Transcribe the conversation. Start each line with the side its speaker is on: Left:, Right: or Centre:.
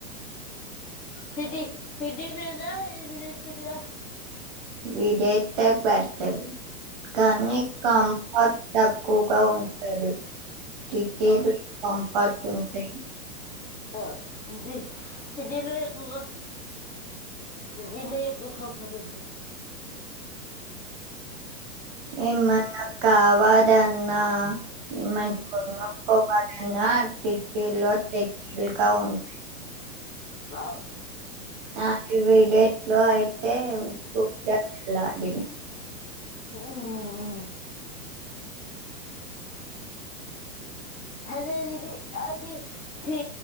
Left: సిటి సిటి పెద్దదా విలేజ్ పెద్దదా
Centre: విలేజే పెద్దది కానీ కంఫర్ట్ తక్కువగా ఉంటంది సిటీలు
Left: అవును
Centre: కంఫర్ట్ ఉంటాయి
Left: ఆ ది సిటీలో ఎక్కువగా సిటీలో ఎక్కువగా పనులు
Centre: ఏ మన్న కావ వదన్నా ఏమైనా కొనుకోవ ఇంగ సిటీలో తే లికా ఉంటయి
Left: అవును
Centre: ఆ విడేట్లోఐ చే టు గ్య లాడీ
Left: ఉం హదే ఇది అది తీ